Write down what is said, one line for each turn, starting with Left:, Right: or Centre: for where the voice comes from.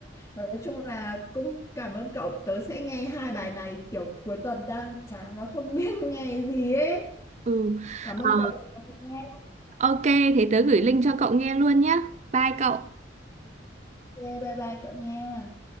Left: Nói chung là cũng cảm ơn cậu. Tớ sẽ nghe hai bài này. Kiểu cuối tuần đang chán và không biết <laughs> nghe gì ấy.
Right: Ừ.
Left: Cảm
Right: Ờ,
Left: ơn cậu. đã lắng nghe.
Right: ok, thế tớ gửi link cho cậu nghe luôn nhé. Bye cậu.
Left: Ok, bye bye cậu nha.